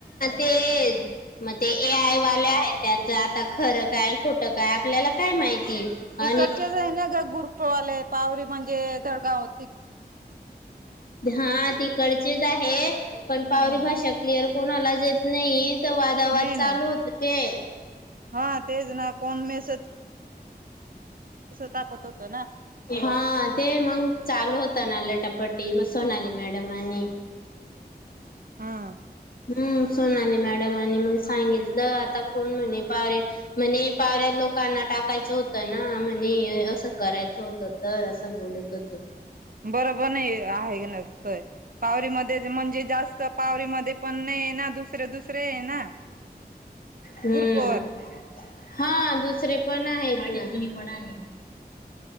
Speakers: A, on the left (about 60°); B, on the right (about 55°).
A: तेज म ते ए आय वाले आहेत त्यांच आता. खरं काय खोटं काय आपल्याला काय माहिती.
B: तिकडचेच
A: आणि
B: आहे ना ग गुरुपवाले पावररी म्हणजे दडगाव हो
A: हा तीकडचीच आहे पण पावरी
B: हम्म
A: भाषा क्लिअर कोणाला जेत नाही. वाद वाज
B: नाही
A: चालू
B: ना
A: होत ते.
B: हा तेच ना कोण मेस टाकत होत ना
A: हा ते मंग चालू होत नाटप् पट्टी मग सोनाली मॅडम आणि
B: हा.
A: हम्म सोनाली मॅडम आणि मग सांगितलं आता कोण म्हणे पाव म्हणे पावऱ्या लोकांना टाकायचं होतं ना म्हणे असं करायचं होतं तर असं बोलत होते.
B: बरोबर नाही आहे का. <unintelligible> जास्त पावरीमध्ये पण नाही ना धुस दुसरे दुसरे ये ना
A: हम्म
B: गुरपवर
A: हा दुसरे पण आहेत ना बडा आहे